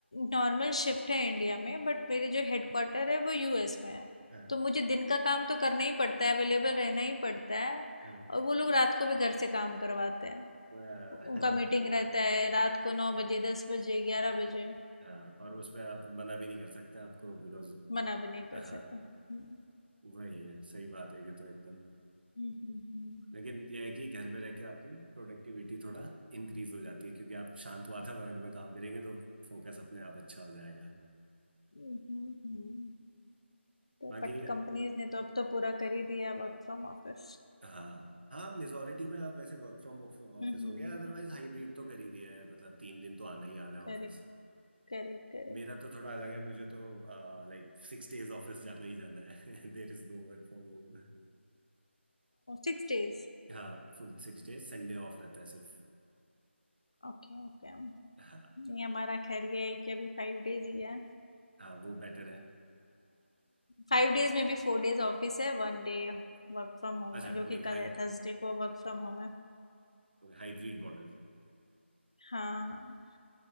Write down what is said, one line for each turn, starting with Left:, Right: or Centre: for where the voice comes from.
Left: नॉर्मल शिफ्ट है इंडिया में बट मेरे जो हेडक्वार्टर है वो यूएस में है
Right: हाँ
Left: तो मुझे दिन का काम तो करना ही पड़ता है अवेलेबल रहना ही पड़ता है
Right: हाँ
Left: और वो लोग रात को भी घर से काम करवाते हैं
Right: वह- <laughs>
Left: उनका मीटिंग
Right: वही
Left: रहता
Right: है
Left: है रात को नौ बजे दस बजे ग्यारह बजे
Right: हाँ और उसमें आप मना भी नहीं कर सकते आपको बिकॉज
Left: मना भी नहीं कर
Right: हाँ
Left: सकते हम्म
Right: वही है सही बात है ये तो एकदम
Left: Hmm hmm hmm
Right: लेकिन यह है कि घर में रह के आपकी प्रोडक्टिविटी थोड़ा इंक्रीज हो जाती है क्योंकि आप शांत वातावरण में काम करेंगे तो फोकस अपने आप अच्छा हो जाएगा
Left: hmm hmm, hmm, हम्म। तो
Right: बाकी
Left: बट कंपनीज ने तो अब तो पूरा कर ही दिया work from office
Right: हाँ हाँ मेजोरिटी में आप वैसे वर्क फ्रॉम ऑफिस
Left: Hmm
Right: हो गया अदरवाइज हाइब्रिड तो कर ही दिया है मतलब तीन दिन तो आना ही आना है
Left: Correct
Right: ऑफिस
Left: correct correct
Right: मेरा तो थोड़ा अलग है मुझे तो लाइक सिक्स डेज ऑफिस जाना ही जाना है <laughs> देर is no work from home
Left: सिक्स days
Right: हाँ फुल सिक्स डेज संडे ऑफ रहता है सिर्फ
Left: Okay okay
Right: हाँ
Left: ये हमारा खैर ये है कि अभी फाइव डेज ही है
Right: हाँ वो बेटर है
Left: फाइव
Right: हाँ,
Left: डेज में भी फोर डेज ऑफिस है वन डे वर्क फ्रॉम होम
Right: अच्छा
Left: है जो
Right: वही
Left: कि कल
Right: हाई
Left: है थर्सडे को वर्क फ्रॉम होम है
Right: हाइब्रिड मॉडल
Left: हाँ हाँ